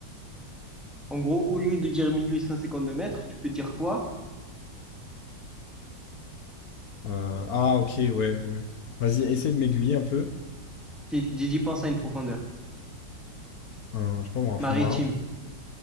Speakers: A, in the centre; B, on the left.
A: En gros, au lieu de dire 1852 mètres, tu peux dire quoi?
B: Euh, ah, ok, ouais, ouais. Vas-y, essaie de m'aiguiller un peu.
A: J'ai j'ai dit pense à une profondeur.
B: Un, je sais pas moi, un
A: Maritime.
B: fond marin?